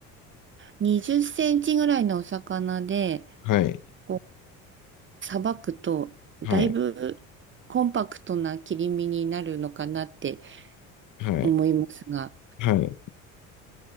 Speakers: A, on the right; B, on the left.
A: 20センチぐらいのお魚で、
B: はい。
A: こう、さばくと、だいぶ
B: はい。
A: コンパクトな切り身になるのかなって
B: はい。
A: 思いますが、
B: はい。